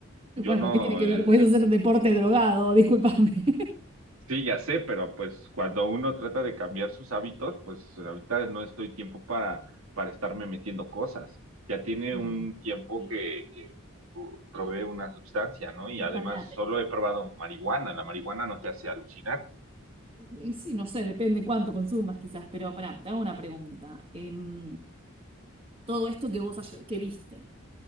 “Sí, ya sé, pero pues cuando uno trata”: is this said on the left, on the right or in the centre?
Right